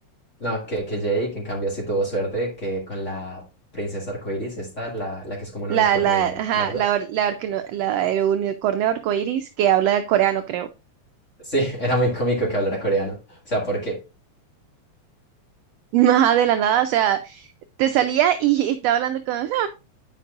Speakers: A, on the left (about 25°); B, on the right (about 80°).
A: no, que, que Jake, en cambio, sí tuvo suerte que con la princesa arcoiris, esta, la, la que es como un
B: La,
A: unicornio
B: la, ajá,
A: largo.
B: la, or- la, orquino- la- el unicornio arcoíris que habla coreano, creo.
A: Sí, <laughs> era muy cómico que hablara coreano. O sea, porque
B: <laughs> Ajá, de la nada, o sea, te salía y estaba hablando con...